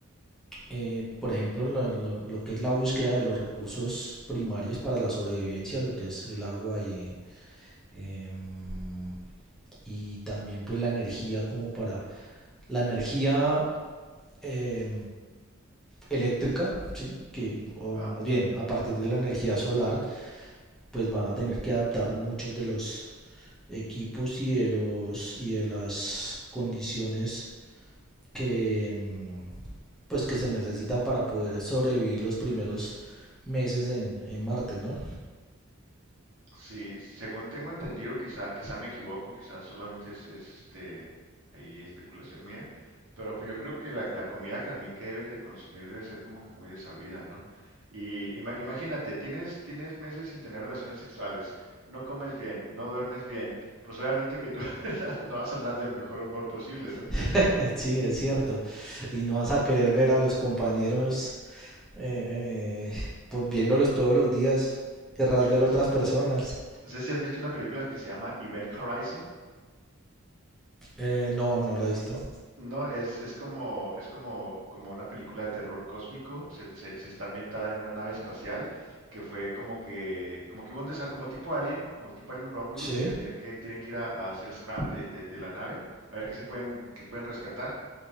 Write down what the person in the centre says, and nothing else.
eh, por ejemplo, lo, lo- lo que es la búsqueda de los recursos primarios para la sobrevivencia, lo que es el agua y em, y también pues la energía como para la energía eh, eléctrica, ¿sí? que o
más bien a partir de la energía solar pues van a tener que adaptar muchos de los equipos y de los y de las condiciones que mm, pues que se necesitan para poder sobrevivir los primeros meses en, en Marte, ¿no?
<laughs> Sí, es cierto. Y no vas a querer ver a los compañeros eh, eh, pues viéndolos todos los días, querrás ver
otras personas.
Eh, no, no la he visto.
Sí,